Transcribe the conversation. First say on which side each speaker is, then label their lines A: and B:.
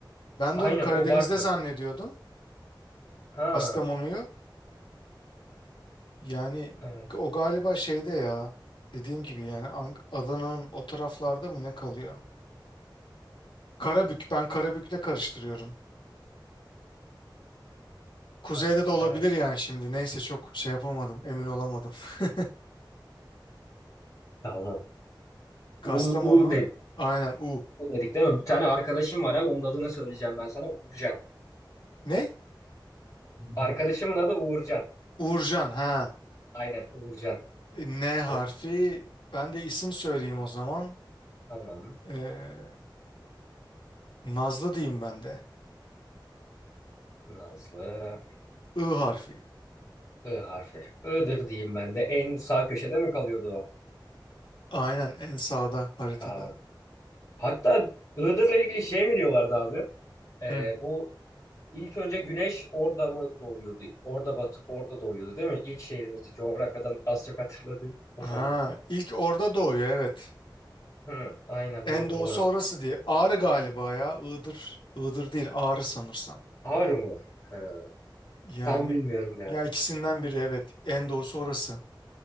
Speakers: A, on the left (about 80°); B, on the left (about 45°).
A: Ben
B: Aynen
A: de onu Karadeniz'de
B: o Bartın.
A: zannediyordum.
B: Ha
A: Kastamonu'yu. Yani
B: evet.
A: o galiba şeyde ya. Dediğim gibi yani An- Adana'nın o taraflarda mı ne kalıyor? Karabük. Ben Karabük'le karıştırıyorum. Kuzeyde
B: Ha,
A: de olabilir
B: evet.
A: yani şimdi. Neyse çok şey yapamadım. Emin olamadım. <laughs>
B: Tamam.
A: Kastamonu.
B: U, U, de,
A: Aynen U.
B: U dedik değil mi? Bir tane arkadaşım var abi. Onun adını söyleyeceğim ben sana. Uğurcan.
A: Ne?
B: Arkadaşımın adı Uğurcan.
A: Uğurcan. Ha.
B: Aynen Uğurcan.
A: E, N harfi.
B: Çok
A: Ben de isim söyleyeyim o zaman.
B: tamam.
A: Ee, Nazlı diyeyim ben de.
B: Nazlı.
A: I harfi.
B: I harfi. I'dır diyeyim ben de. En sağ köşede mi kalıyordu o?
A: Aynen en sağda haritada.
B: Sağ Hatta Iğdır'la ilgili şey mi diyorlardı abi? Ee,
A: Hı.
B: bu ilk önce güneş orada mı doğuyordu? Orada batıp orada doğuyordu değil mi? İlk şehrimizdi. Coğrafyadan az çok hatırladığım o
A: Ha,
B: sanırım.
A: ilk orada doğuyor evet.
B: Hı, aynen
A: En
B: doğru
A: doğusu
B: doğru.
A: orası diye. Ağrı galiba ya. Iğdır. Iğdır değil Ağrı sanırsam.
B: Ağrı mı? Hı,
A: Yani
B: tam bilmiyorum ya.
A: ya ikisinden biri evet. En doğusu orası.